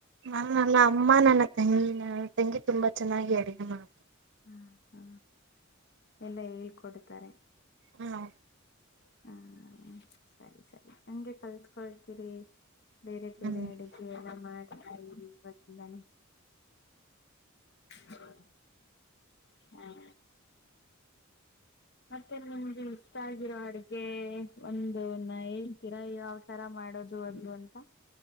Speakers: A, on the right; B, on the left.
A: ನಾನಲ್ಲ ಅಮ್ಮ ನನ್ನ ತಂಗಿ ನ ತೆಂಗಿ ತುಂಬಾ ಚೆನ್ನಾಗಿ ಅಡುಗೆ ಮಾಡ
B: ಹಾ ಹಾ ಎಲ್ಲಾ ಹೇಳ್ಕೊಡ್ತಾರೆ.
A: ಹ್ಮ
B: ಹಾ ಸರಿ ಸರಿ ಹಂಗೆ ಕಲ್ತ್ಕೊಳ್ತೀರಿ. ಬೇರೆ ಬೇರೆ
A: ಹ್ಮ್
B: ಅಡಗೆ ಎಲ್ಲ ಮಾಡ್ <unintelligible> ಹಾಅ ಮತ್ತೆ ನಿಮ್ಗೆ ಇಷ್ಟ ಆಗಿರೋ ಅಡ್ಗೆ ಒಂದುನ ಹೇಳ್ತೀರಾ ಯ <unintelligible> ತರ ಮಾಡೋದು ಅದು ಅಂತ.